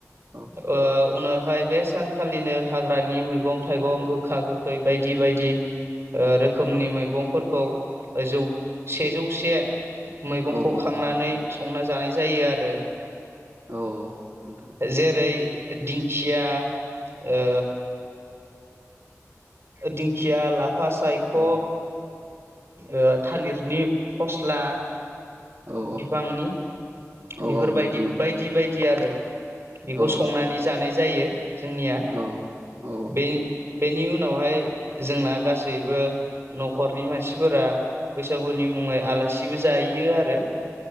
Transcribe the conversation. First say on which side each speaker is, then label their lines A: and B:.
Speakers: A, on the right; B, on the right.
A: औ
B: ओ उनाव हाय बे सानखालिनो हाग्रानि मैगं थाइगं गोखा गोखै बायदि बायदि ओ रोखोमनि मैगंफोरखौ जौ सेजौसे मैगंखौ
A: औ औ
B: खांनानै
A: औ
B: संना जानाय जायो आरो।
A: औ नोंथां
B: जेरै दिंखिया ओ दिंखिया लाफा सायख'
A: औ
B: ओ थालिरनि फस्ला
A: औ
B: बिफांनि
A: औ
B: बेफोरबायदि
A: नोंथां नंगौ
B: बायदि बायदि आरो। बेखौ
A: औ
B: संनानै जानाय जायो जोंनिया
A: औ औ
B: बे बेनि उनावहाय जोंना गासैबो न'खरनि मानसिफोरा बैसागुनि मुं ङै आलासिबो जायो आरो।